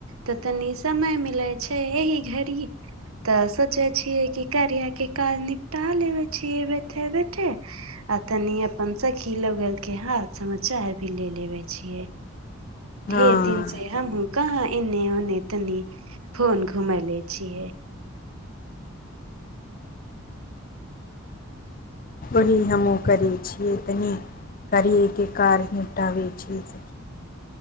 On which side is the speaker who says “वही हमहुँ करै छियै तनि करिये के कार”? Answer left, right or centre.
Left